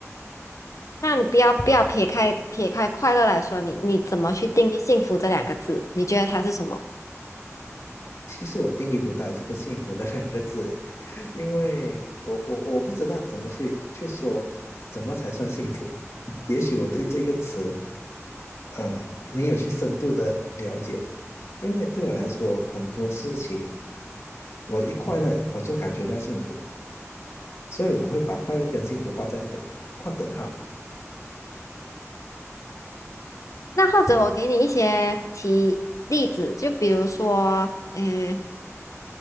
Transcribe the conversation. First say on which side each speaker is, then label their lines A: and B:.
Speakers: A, on the left; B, on the left.
A: 那你不要不要撇开撇开快乐来说，你你怎么去定义幸福这两个字？你觉得它是什么？
B: 其实我定义不到这个幸福的两个字，因为我我我不知道怎么去去说，怎么才算幸福？也许我对这个词，呃，没有去深度的了解，因为对我来说，很多事情我一快乐我就感觉到幸福，所以我会把快乐跟幸福画在等画等号。
A: 那或者我给你一些提例子，就比如说，嗯、